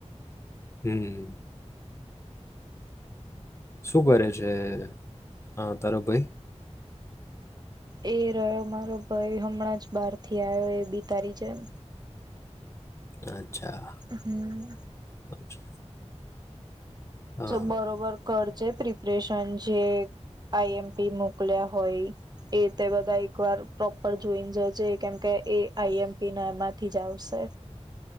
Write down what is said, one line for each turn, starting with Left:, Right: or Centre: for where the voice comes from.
Left: હમ્મ શું કરે છે હ તારો ભાઈ
Right: એ રહ્યો મારો ભાઈ હમણાં જ બહાર થી આવ્યો એ બિ તારી જેમ
Left: અચ્છા
Right: હમ્મ
Left: અચ્છા હા
Right: બરોબર કર જે પ્રિપરેશન જે આઈએમપી મોકલ્યા હોય એ તે બધા એકવાર પ્રોપર જોઈને જજે કેમ કે એ આઈએમપી ના એમાંથી જ આવશે